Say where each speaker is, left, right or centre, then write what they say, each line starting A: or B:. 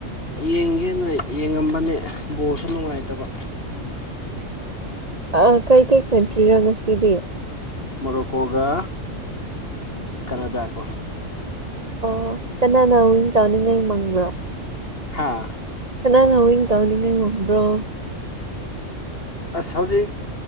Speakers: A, on the left; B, on the right.
A: ꯌꯦꯡꯒꯦꯅ ꯌꯦꯡꯉꯝꯕꯅꯦ ꯕꯣꯜꯁꯨ ꯅꯨꯡꯉꯥꯏꯇꯕ
B: ꯑꯣ ꯀꯩꯀꯩ ꯀꯟꯇ꯭ꯔꯤꯔꯥ ꯉꯁꯤꯗꯤ
A: ꯃꯣꯔꯣꯛꯀꯣꯒ ꯀꯅꯥꯗꯥꯒ
B: ꯑ ꯀꯅꯥꯅ ꯋꯤꯟ ꯇꯧꯅꯤꯡꯉꯥꯏ ꯃꯪꯕ꯭ꯔꯣ <unintelligible>
A: ꯍꯥꯥ
B: ꯀꯅꯥꯅ <unintelligible> ꯇꯧꯅꯤꯡꯉꯥꯏ ꯉꯝꯕ꯭ꯔꯣ
A: ꯑꯁ ꯍꯧꯖꯤꯛ